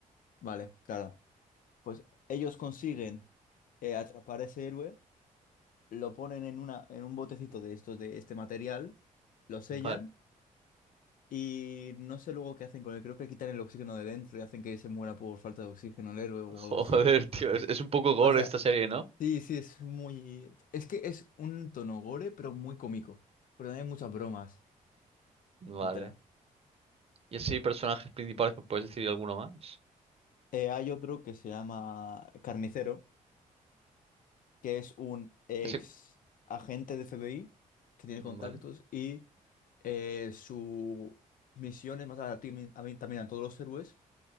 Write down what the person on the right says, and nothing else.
Vale.
<laughs>
Joder, tío, es, es un poco gore
esta serie, ¿no?
Vale. Y así, personajes principales, ¿me puedes decir alguno más?
Ese...
Vale.